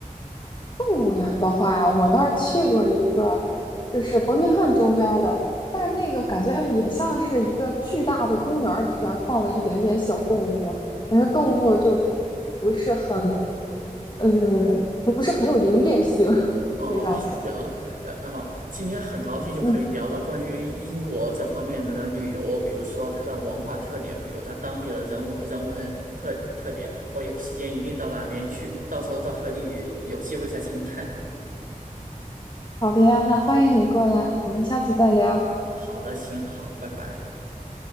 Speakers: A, on the left; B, on the right.
A: 动物园的话，我倒是去过一个，就是伯明翰周边儿的，但是那个感觉也像是一个巨大的公园儿里边儿放了一点点小动物，但是动物就
B: 哦
A: 不是很，嗯，不是很有营业性，<laughs>
B: 哦，
A: 可以这样说。
B: 行，呃，哦，今天很高兴就可以聊到关于英国这方面的旅游，
A: 嗯，
B: 比如说它的文化特点，比如它当地的人文人文特特点。我有时间一定到那边去，到时候再和你有机会再进行探讨。
A: 好的呀，那欢迎你过来，我们下次再聊。
B: 好的，行，好，拜拜。